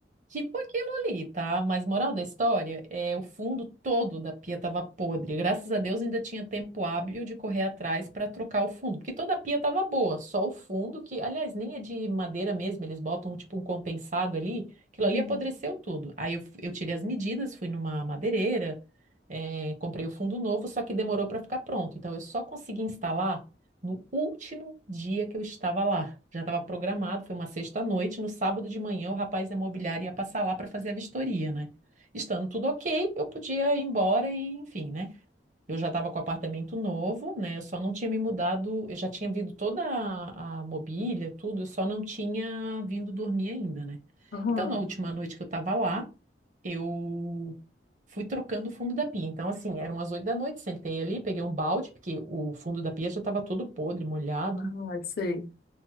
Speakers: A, on the right; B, on the left.
A: Tipo aquilo ali, tá? Mas moral da história é o fundo todo da pia tava podre. Graças a Deus ainda tinha tempo hábil de correr atrás para trocar o fundo, porque toda a pia tava boa, só o fundo que, aliás, nem é de madeira mesmo, eles botam tipo um compensado ali, aquilo ali
B: Uhum.
A: apodreceu tudo. Aí eu, eu tirei as medidas, fui numa madeireira, eh, comprei o fundo novo, só que demorou para ficar pronto. Então eu só consegui instalar no último dia que eu estava lá, já estava programado, foi uma sexta-noite. No sábado de manhã, o rapaz da imobiliária ia passar lá para fazer a vistoria, né? Estando tudo ok, eu podia ir embora e, enfim, né? Eu já estava com o apartamento novo, né? Eu só não tinha me mudado, eu já tinha vindo toda a, a mobília, tudo, eu só não tinha vindo dormir ainda, né?
B: Aham.
A: Então, na última noite que eu estava lá, eu fui trocando o fundo da pia. Então, assim, eram umas oito da noite, sentei ali, peguei um balde, porque o fundo da pia já estava todo podre, molhado.
B: Ai, sei.